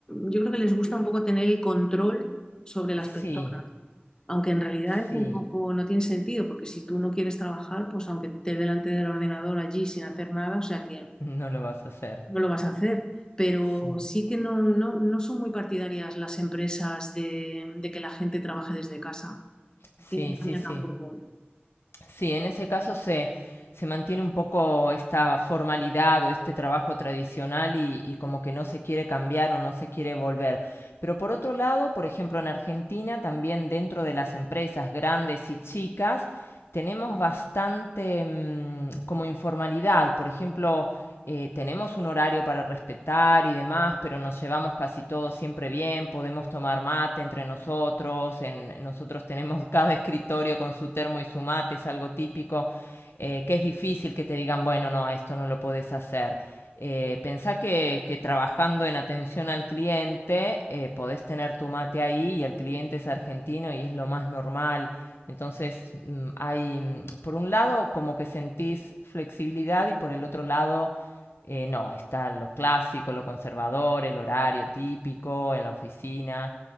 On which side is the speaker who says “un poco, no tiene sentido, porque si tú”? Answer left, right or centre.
Left